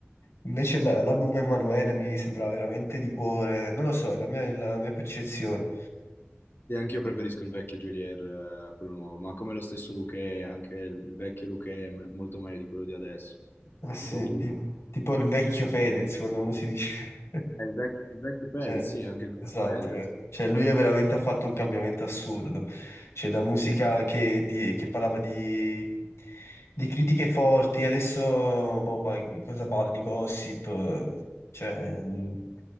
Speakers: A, on the left; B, on the left.
A: Invece l- l'album Emanuele mi sembrava veramente di cuore, non lo so, è la mia la mia percezione.
B: E anche io preferisco il vecchio Geolier eh, a quello nuovo, ma come lo stesso Luchè, anche il vecchio Luchè è me- molto meglio di quello di adesso.
A: Eh sì,
B: Un po' tutto.
A: ti- tipo il vecchio Fedez, quando uno si dice... <laughs>
B: Eh, Il vecchio, il vecchio Fedez,
A: Eh,
B: sì, anche il vecchio
A: esatto,
B: Fedez.
A: eh. Cioè lui è veramente ha fatto un cambiamento assurdo. Cioè da musica
B: Sì.
A: che, di- che parlava di, di critiche forti, adesso boh, pa- cosa parla di gossip? eh, Cioè, mh,